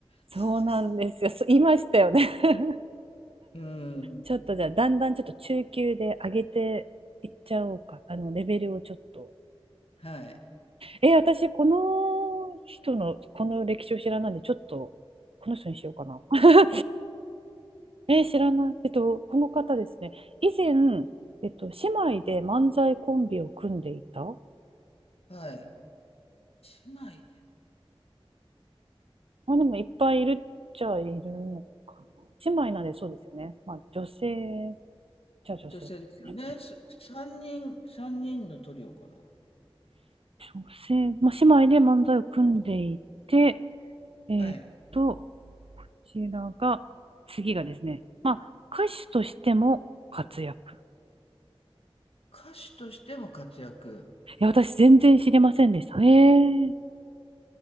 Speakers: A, on the right (about 70°); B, on the left (about 75°).
A: そうなんですよ。
B: そうですね。
A: そう言いましたよね。<laughs>
B: うん。
A: ちょっとじゃあ、だんだんちょっと中級で上げていっちゃおうか。あの、レベルをちょっと。
B: はい。
A: えー私、この人の、この歴史を知らないんで、ちょっと、この人にしようかな。<laughs> えー知らない。えっと、この方ですね。以前、えっと、姉妹で漫才コンビを組んでいた。
B: はい。姉妹で、
A: まあ、でもいっぱいいるっちゃいるのかな。姉妹なんでそうですよね。まあ、女性じゃあ女性ですね。
B: 女性ですよね。す三人、三人のトリオかな。
A: 女性、まあ、姉妹で漫才を組んでいて、えーっと、
B: はい。
A: こちらが、次がですね、まあ、歌手としても活躍。
B: 歌手としても活躍。
A: いや、私全然知りませんでした。ええ。